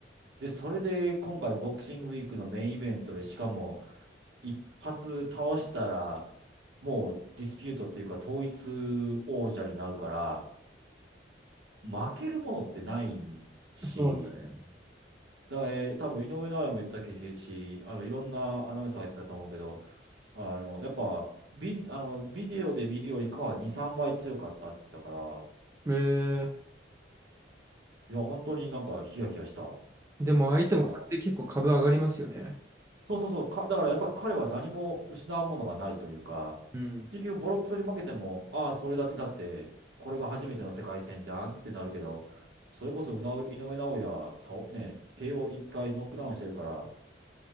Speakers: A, on the right; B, on the right.
A: で、それで今回ボクシングウィークのメインイベントで、しかも一発倒したら、もうディスピュートっていうか統一王者になるから、負けるものってないし、
B: えそうだね。
A: だから、えー多分井上尚弥も言ってたけし、あの、いろんなアナウンサーが言ってたと思うけど、あの、やっぱ、ビ、あの、ビデオで見るよりかは2、3倍強かったって言ったから、
B: え
A: いや、本当になんかヒヤヒヤしたか
B: えでも相手もこれで結構株上がりますよね。
A: ら、そうそうそう。か、だからやっぱり彼は何も失うものがないというか、
B: うん
A: 結局ボロクソに負けても、ああ、それだけだって、これが初めての世界戦じゃんってなるけど、それこそうな井上尚弥、たね、KO1 回ノックダウンしてるから、